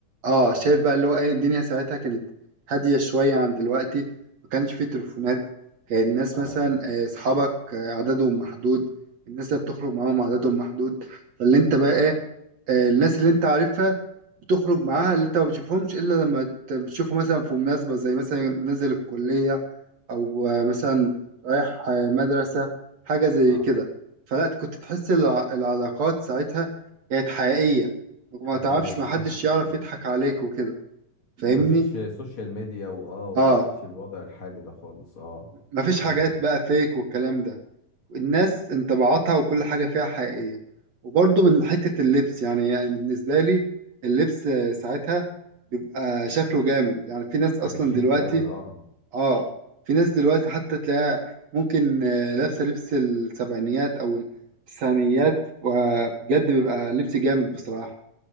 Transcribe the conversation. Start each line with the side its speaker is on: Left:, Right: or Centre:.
Right: اه شايف بقى اللي هو ايه الدنيا ساعتها كانت هادية شوية عن دلوقتي ما كانش فيه تليفونات كان الناس
Left: اه
Right: مثلا آه، اصحابك آه، عددهم محدود الناس اللي بتخرج معاهم عددهم محدود فاللي انت
Left: ايوه
Right: بقى ايه آه، الناس اللي انت عارفها بتخرج معاها اللي انت ما بتشوفهمش الا لما ت- بتشوفه مثلا في مناسبة زي مثلا نزل الكلية او آه، مثلا رايح آه، مدرسة حاجة زي
Left: اه
Right: كده فلا كنت تحس الع- العلاقات ساعتها كانت حقيقية وما
Left: حقيقية
Right: تعرفش
Left: بالظبط
Right: ما حدش يعرف
Left: مم.
Right: يضحك عليك وكده فاهمني
Left: مفيش سوشيال ميديا واه ومفيش
Right: اه
Left: الوضع الحالي ده خالص اه
Right: مفيش
Left: فاهمة
Right: حاجات بقى فيك والكلام ده الناس انطباعاتها وكل حاجة فيها حقيقية وبرضه من حتة اللبس يعني, يعني بالنسبة لي اللبس آه، ساعتها بيبقى شكله جامد يعني في ناس أصلا
Left: كان شيك
Right: دلوقتي
Left: قوي اه
Right: اه في ناس دلوقتي حتى تلاقيها ممكن آه، لابسة لبس السبعينيات أو التسعينيات وبجد بيبقى لبس جامد بصراحة